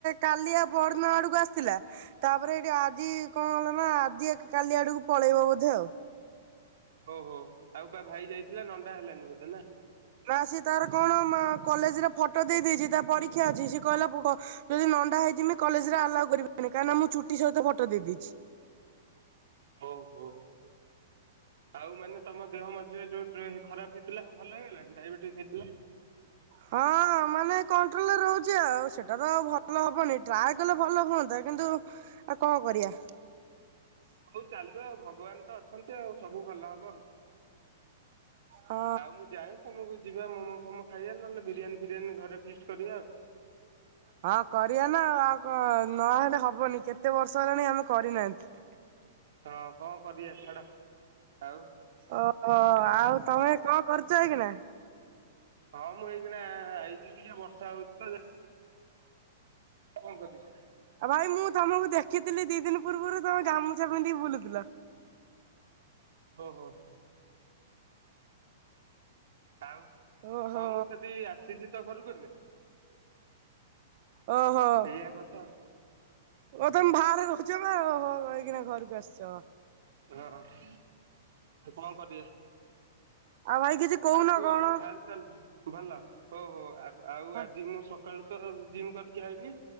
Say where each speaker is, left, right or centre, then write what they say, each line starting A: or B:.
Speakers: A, on the right; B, on the right.
A: କାଲି ଆଉ ପରଦିନ ଆଡକୁ ଆସିଥିଲା। ତାପରେ ଏଇଠି ଆଜି କଣ ହେଲା ନା ଆଜି କାଲି ଆଡକୁ ପଳେଇବ ବୋଧେ ଆଉ।
B: ଓହୋ ଆଉ ବା ଭାଇ ଯାଇଥିଲା ନଣ୍ଡା ହେଲାନି ବୋଧେ ନା?
A: ନା ସିଏ ତାର କଣ ମା କଲେଜରେ ଫଟୋ ଦେଇ ଦେଇେଛି ତା ପରୀକ୍ଷା ଅଛି ସିଏ କହିଲା ଯଦି ନଣ୍ଡା ହେଇଜିମି କଲେଜରେ ଆଲାଉ କରିବେନି କାହିଁକିନା ମୁଁ ଚୁଟି ସହିତ ଫଟୋ ଦେଇଦେଇଛି।
B: ହଉ ହଉ। ଆଉ ମାନେ ତମ ଦେହ ମଝିରେ ଯଉ ଖରାପ ହେଇଥିଲା ଆଉ ଭଲ ହେଇଗଲାଣି? ଡାଇବେଟିସ ହେଇଥିଲା।
A: ହଁ। ମାନେ କଣ୍ଟ୍ରୋଲରେ ରହୁଛି ଆଉ ସେଟା ତ ଭଲ ହବନି ଟ୍ରାଏ କଲେ ଭଲ ହୁଅନ୍ତା। କିନ୍ତୁ ଆଉ କଣ କରିଆ
B: ହଉ ଚାଲୁ ଆଉ ଭଗବାନ ତ ଅଛନ୍ତି ଆଉ ସବୁ ଭଲ ହବ ଆଉ।
A: ହଁ
B: ଆଉ ମୁଁ ଯାଏ ତମକୁ ଯିବା ମୋମୋ ଫୋମୋ ଖାଇବା ନହେଲେ ବିରିୟାନୀ ଫିରିୟାନୀ ଘରେ ଫିଷ୍ଟ କରିବା ଆଉ।
A: ହଁ କରିବା ନା ଆଉ କଣ ନହେଲେ ହବନି କେତେ ବର୍ଷ ହେଲାଣି ଆମେ କରିନାହାନ୍ତି।
B: ହଁ କଣ କରିବା ଛାଡ଼। ଆଉ
A: ଓହୋ ଆଉ ତମେ କଣ କରୁଛ ଏଇ କିିନା?
B: ହଁ ମୁଁ ଏଇକିନା ଆଇଛି ଟିକେ ବର୍ଷା ହଉଛି ତ କଣ କରିବି
A: ଆଉ ଭାଇ ମୁଁ ତମକୁ ଦେଖିଥିଲି ଦି ଦିନ ପୂର୍ବରୁ ତମେ ଗାମୁଛା ପିନ୍ଧିକି ବୁଲୁଥିଲ।
B: ଓହୋ। ଆଉ
A: ଓହୋ
B: ହଁ ମୁଁ ସେଠି ଆସିଛି ତ ଘରକୁ ଏବେ।
A: ଓ ହୋ।
B: ଏଇଆ କଥା
A: ଓ ତମେ ବାହାରେ ରହୁଛ ନା ଏଇକିନା ଘରକୁ ଆସିଛ।
B: ରହ- ରହ। କଣ କରିବା।
A: ଆଉ ଭାଇ କିଛି କହୁନ
B: ଆଉ କୁହ
A: କଣ
B: ଖା ଚାଲ ଭଲ ହଉ ହଉ ଆଉ
A: ହଁ
B: ଆଜି ମୁଁ ସକାଳୁ ତ ଜିମ୍ କରିକି ଆଇଲିି।